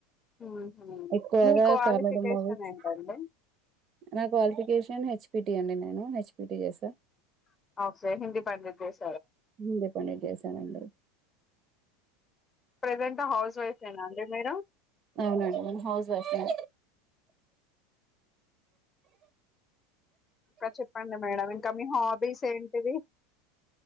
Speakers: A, on the left; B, on the right.
A: ఉహు
B: ఎక్కువగా
A: మీ క్వాలిఫికేషన్
B: కామెడీ మూవీస్
A: ఏంటండి
B: నా క్వాలిఫికేషన్ హెచ్ పిటి అండి నేను హెచ్పిటి చేసా
A: ఓకే హిందీ పండిట్ చే
B: హిందీ పండిట్ చేశానండి
A: ప్రజెంట్ హౌస్ వైఫె్ న అండి మీరు
B: అవునండి నేను హౌస్ వైఫ్ నే
A: ఇంక చెప్పండి మేడం ఇంక మీ హాబీస్ ఏంటివి